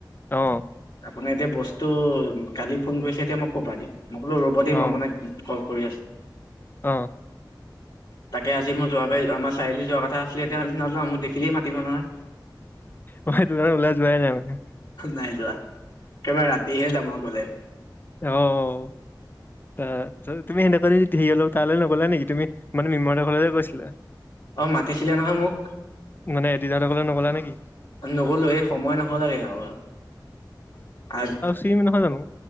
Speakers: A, on the left; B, on the left.
A: অঁ
B: আপোনাৰ এতিয়া বস্তু কালি ফোন কৰিছে এতিয়া মই কৰপৰা দিম মই ক'লো ৰ'ব দেইব
A: অ
B: মই আপোনাক, কল কৰি আছোঁ।
A: অঁ
B: তাকে আজি মই যোৱাবাৰ আমাৰ চাৰিআলি যোৱা কথা আছিলে এতিয়া নাযাওঁ মোক দেখিলেই মাতিব নহয়।
A: অ সেইটো কাৰণে ওলাই যোৱাই নাই মানে,
B: নাই যোৱা, একেবাৰে ৰাতিহে যাম আও গলে।
A: অ তাৰপিছত তুমি <unintelligible> ধেৰি হল তালৈ নগলা নেকি তুমি মানে মৃন্ময় হতৰ ঘৰলৈ যে গৈছিলা।
B: অঁ মাতিছিলে নহয় মোক।
A: মানে <unintelligible> নগলা নেকি?
B: নগ'লো এই সময় নহলেগে আৰু, আজ
A: তুমি নহয় জানো?